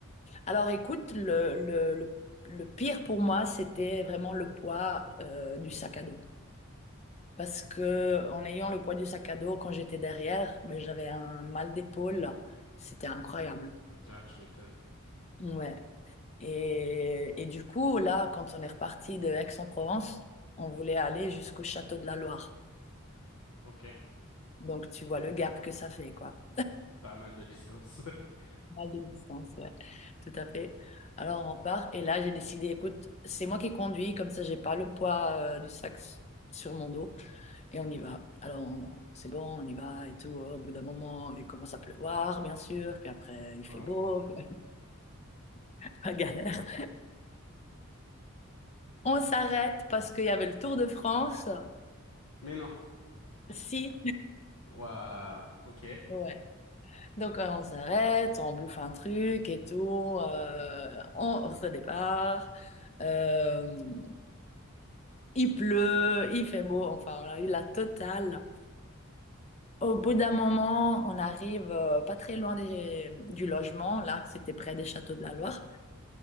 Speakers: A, on the left; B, on the left.
A: Alors écoute, le, le, le, le pire pour moi, c'était vraiment le poids euh, du sac à dos. Parce que en ayant le poids du sac à dos, quand j'étais derrière, mais j'avais un mal d'épaule. C'était incroyable.
B: Ah, tu m'étonnes.
A: Ouais. Et, et du coup, là, quand on est reparti de Aix-en-Provence, on voulait aller jusqu'au château de la Loire.
B: Ok.
A: Donc tu vois le gap que ça fait, quoi.
B: Pas mal de distance. <laughs>
A: mal de distance, ouais, tout à fait. Alors on part et là j'ai décidé, écoute, c'est moi qui conduis, comme ça j'ai pas le poids euh, du sac s- sur mon dos et on y va. Alors on- on- c'est bon, on y va et tout. Au bout d'un moment, il commence à pleuvoir, bien sûr, puis après il
B: Oh
A: fait beau,
B: mon Dieu.
A: puis <laughs> la galère. On s'arrête parce qu'il y avait le Tour de France.
B: Mais non.
A: Si.
B: Waouh. Ok.
A: Ouais. Donc euh, on s'arrête, on bouffe un truc et tout, euh, on redépart. Euh, Il pleut, il fait beau, enfin, on a eu la totale. Au bout d'un moment, on arrive euh, pas très loin des- du logement, là, que c'était près des châteaux de la Loire.